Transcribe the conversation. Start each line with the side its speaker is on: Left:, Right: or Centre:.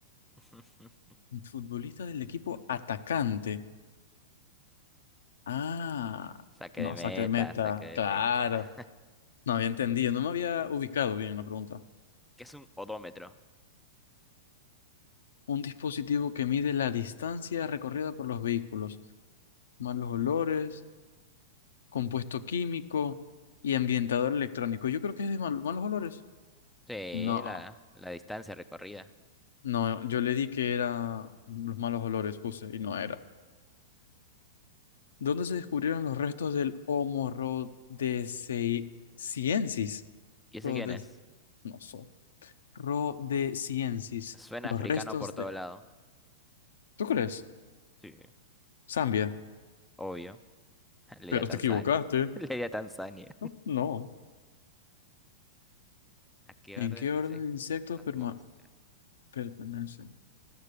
Centre: <laughs>
Left: Futbolista del equipo atacante. Ah,
Centre: Saque
Left: no,
Centre: de meta,
Left: saque de meta.
Centre: saque de
Left: Claro.
Centre: meta.
Left: No había entendido, no me había ubicado bien en la pregunta.
Centre: ¿Qué es un odómetro?
Left: Un dispositivo que mide la distancia recorrida por los vehículos, más los olores. compuesto químico y ambientador electrónico. Yo creo que es de mal- malos olores.
Centre: Sí,
Left: No,
Centre: la, la distancia recorrida.
Left: no, yo le di que era los malos olores, puse, y no era. ¿Dónde se descubrieron los restos del Homo rhodesiensis?
Centre: ¿Y ese
Left: Rhodes,
Centre: quién es?
Left: no so, rhodesiensis.
Centre: Suena
Left: Los
Centre: africano
Left: restos
Centre: por todo
Left: de...
Centre: lado.
Left: ¿Tú crees?
Centre: Sí,
Left: Zambia,
Centre: obvio. <laughs> Le
Left: pero
Centre: di a Tanzania.
Left: te equivocaste.
Centre: <laughs> Le di a Tanzania.
Left: No. no.
Centre: ¿A qué
Left: ¿En
Centre: orden
Left: qué orden
Centre: insectos?
Left: de insectos
Centre: Las
Left: perma-
Centre: moscas.
Left: pertenecen?